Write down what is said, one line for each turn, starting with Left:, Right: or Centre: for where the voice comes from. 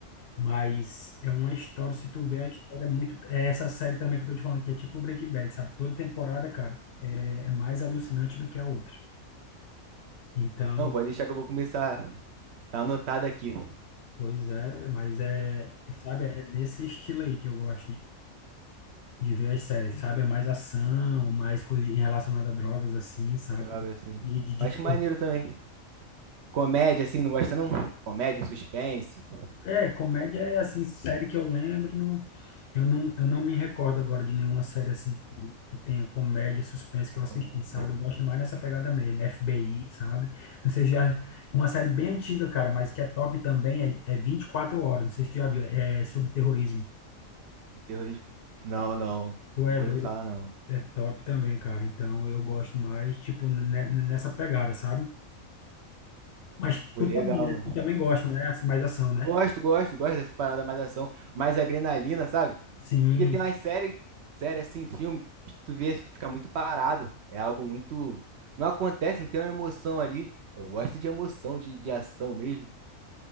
Left: mas é uma história, se tu ver, a história é muito... É essa série também que eu tô te falando, que é tipo Breaking Bad, sabe? Toda temporada, cara, é, é mais alucinante do que a outra. Então,
Right: Não, pode deixar que eu vou começar. Tá anotado aqui.
Left: pois é, mas é... Sabe, é nesse estilo aí que eu gosto. de ver as séries, sabe? É mais ação, mais coisa em- relacionada a drogas, assim, sabe?
Right: A droga, assim.
Left: E de, de-
Right: Acho maneiro também. Comédia, assim, não gosta não? Comédia, um suspense.
Left: É, comédia é, assim, série que eu lembro, não, eu não, eu não me recordo agora de nenhuma série, assim, que, que tenha comédia, suspense que
Right: É
Left: eu assisti,
Right: comédia.
Left: sabe? Eu gosto mais dessa pegada mesmo, FBI, sabe? Não sei se já... Uma série bem antiga, cara, mas que é top também, é, é 24 horas, não sei se tu já viu, é sobre terrorismo.
Right: Sobre terrorismo. Não, não.
Left: Tu é
Right: Nunca
Left: doido?
Right: ouvi falar, não.
Left: É top também, cara. Então eu gosto mais, tipo, ne- nessa pegada, sabe? Mas
Right: Pô,
Left: tu
Right: legal,
Left: também, né?
Right: mano.
Left: Tu também gosta, né? Assim, mais ação, né?
Right: Gosto, gosto, gosto dessa parada mais ação, mais adrenalina, sabe?
Left: Sim,
Right: Porque tem umas séries, série assim, filme, que tu vê que fica muito parado. É algo muito. Não acontece, não tem uma emoção ali. Eu gosto de emoção, de, de ação mesmo.